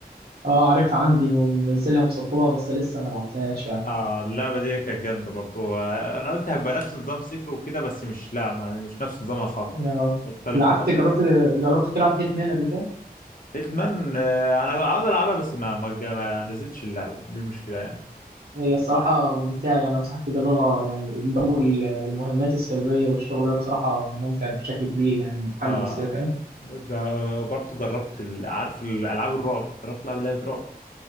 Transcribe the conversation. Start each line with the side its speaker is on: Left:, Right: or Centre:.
Right: اه عارفها عندي ومنزلها مسطبها بس لسه ما لعبتهاش يعني
Left: اه اللعبه دي كانت جامده برضو آه، انا قلت هيبقى نفس نظام سيكرو وكده بس مش لا ما مش نفس نظامها خالص
Right: اه
Left: مختلفه
Right: لعبت
Left: خالص
Right: جربت جربت تلعب هيتمان قبل كده
Left: هيتمان آه، انا عاوز العبها بس ما ما, جا- ما نزلتش اللعبه دي المشكله يعني
Right: هي الصراحة ممتعة يعني أنصحك تجربها يعني جو ال- المهمات السرية والشغل ده بصراحة ممتع بشكل كبير يعني محمد
Left: اه
Right: السيف فاهم
Left: جا- برضو جربت ال- عارف الالعاب الرعب جربت العب لعبه رعب